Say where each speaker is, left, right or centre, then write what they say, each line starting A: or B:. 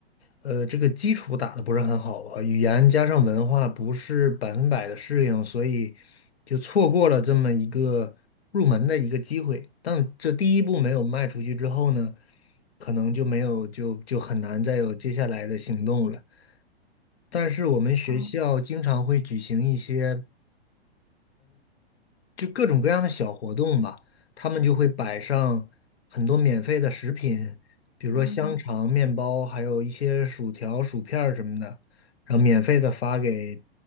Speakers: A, on the left; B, on the left.
A: 呃，这个基础打得不是很好吧，语言加上文化不是百分百的适应，所以就错过了这么一个入门的一个机会。但这第一步没有迈出去之后呢，可能就没有就就很难再有接下来的行动了。但是我们学校经常会举行一些。
B: 哦，
A: 就各种各样的小活动吧，他们就会摆上很多免费的食品，比如说香肠、
B: 嗯嗯，
A: 面包，还有一些薯条、薯片儿什么的，然后免费的发给